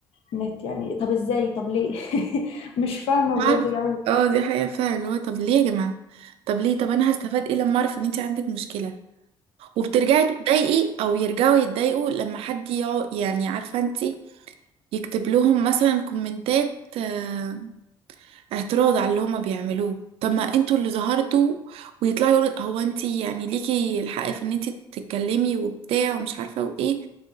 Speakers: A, on the left; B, on the right.
A: النت يعني طب ازاي طب ليه <laughs> مش فاهمة
B: عارف
A: بجد بيعملوا
B: اه دي حقيقة فعلا اللي هو طب ليه يا جماعة طب ليه طب انا هستفاد ايه لما اعرف ان انت عندك مشكلة وبترجعي تتضايقي او يرجعوا يتضايقوا لما حد يقعد يعني عارفة انت يكتب لهم مثلا كومنتات آه، اعتراض على اللي هما بيعملوه طب ما انتوا اللي ظهرتوا ويطلعوا يقولوا هو انتي يعني ليكي الحق في ان انتي تتكلمي وبتاع ومش عارفه وايه